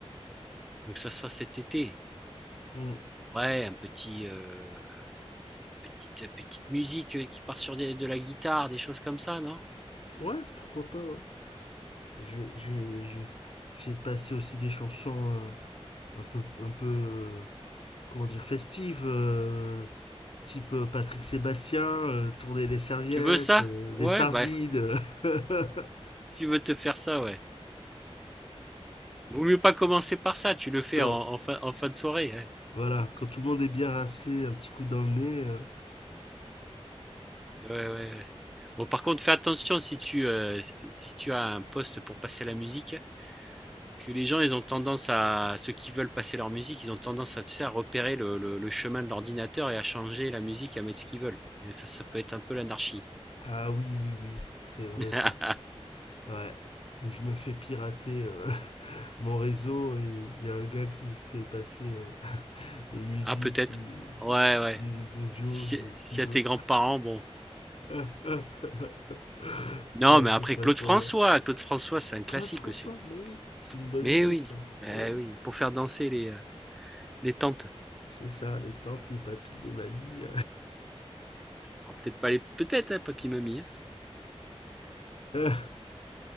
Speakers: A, in the centre; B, on the left.
A: Donc, ça sera cet été.
B: Mm.
A: Ouais, un petit. euh, Petite, euh, petite musique euh, qui part sur des- de la guitare, des choses comme ça, non?
B: Ouais, pourquoi pas, ouais. Je vais, je vais, je vais- j'essaie de passer aussi des chansons euh, un peu, un peu, euh, comment dire, festives, euh, type euh, Patrick Sébastien, euh, tourner les serviettes,
A: Tu veux ça?
B: euh,
A: Ouais,
B: les sardines.
A: bah, si
B: euh.
A: tu veux te faire ça, ouais. Vaut mieux pas commencer par ça, tu
B: <laughs>
A: le fais
B: non,
A: en, en fin, en fin de soirée. Ouais.
B: voilà, quand tout le monde est bien rincé, un petit coup dans le nez. euh.
A: Ouais, ouais, ouais. Bon, par contre, fais attention si tu, euh, si si tu as un poste pour passer la musique. Parce que les gens, ils ont tendance à, ceux qui veulent passer leur musique, ils ont tendance à, tu sais, à repérer le, le- le chemin de l'ordinateur et à changer la musique, à mettre ce qu'ils veulent. Et ça, ça peut être un peu l'anarchie.
B: Ah oui, oui, oui, c'est vrai
A: <laughs>
B: ça. Ouais, où je me fais pirater. euh, mon réseau et il y a un gars qui fait passer euh, <laughs> des musiques
A: Ah, peut-être.
B: ou
A: Ouais,
B: des,
A: ouais.
B: des audios,
A: Si,
B: euh, ce
A: si
B: qu'il
A: à
B: veut.
A: tes grands-parents, bon.
B: <laughs>
A: Non,
B: Ouais,
A: mais
B: c'est
A: après
B: patoyant.
A: Claude François, Claude François, c'est un classique
B: Claude François,
A: aussi.
B: mais oui, c'est une bonne
A: Mais
B: idée
A: oui,
B: ça.
A: mais
B: Eh oui,
A: oui, pour faire danser les, euh, les tantes.
B: c'est ça, les tantes, les papis, les mamies.
A: Alors, peut-être pas les, peut-être hein, papy mamie. hein.
B: euh.